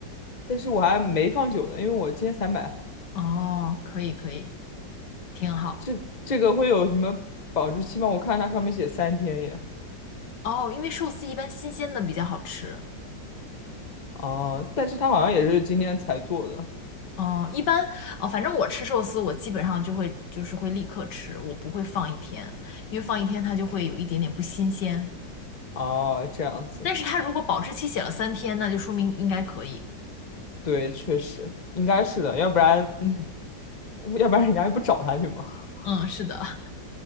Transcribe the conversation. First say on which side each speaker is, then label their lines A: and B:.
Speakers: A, on the left; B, on the left.
A: 但是我还没放久呢，因为我今天才买。
B: 哦，可以可以，挺好。
A: 这这个会有什么保质期吗？我看它上面写三天耶。
B: 哦，因为寿司一般新鲜的比较好吃。
A: 啊、但是它好像也是今天才做的。
B: 哦，一般哦，反正我吃寿司，我基本上就会就是会立刻吃，我不会放一天，因为放一天它就会有一点点不新鲜。
A: 哦、这样子，
B: 但是它如果保质期写了三天，那就说明应该可以。
A: 对，确实应该是的，要不然
B: 嗯，
A: 要不然人家也不找他去嘛。<laughs>
B: 嗯，是的，